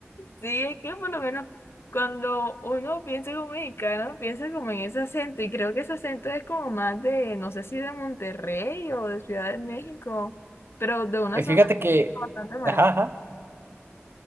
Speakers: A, on the left (about 60°); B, on the right (about 60°).
A: Sí, es que por lo menos cuando uno piensa como mexicano, piensa como en ese acento, y creo que ese acento es como más de, no sé si de Monterrey o de Ciudad de México, pero de una
B: Eh,
A: zona
B: Fíjate que...
A: bastante marcada.
B: Ajá, ajá.